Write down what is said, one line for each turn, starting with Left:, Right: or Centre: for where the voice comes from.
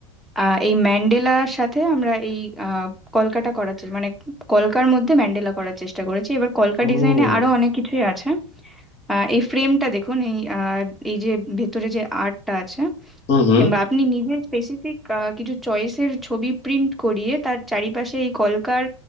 Centre: আহ, এই ম্যান্ডেলার সাথে আমরা এই আহ, কলকাটা করার চেষ্টা মানে কলকার মধ্যে ম্যান্ডেলা করার চেষ্টা করেছি এবার কলকা
Left: ও
Centre: ডিজাইনে আরো অনেক কিছুই আছে আহ, এই ফ্রেমটা দেখুন এই আহ, এই যে ভেতরে যে আর্টটা আছে
Left: হুম হুম
Centre: কিংবা আপনি নিজে স্পেসিফিক কিছু চয়েসের ছবি প্রিন্ট করিয়ে তার চারিপাশে এই কলকার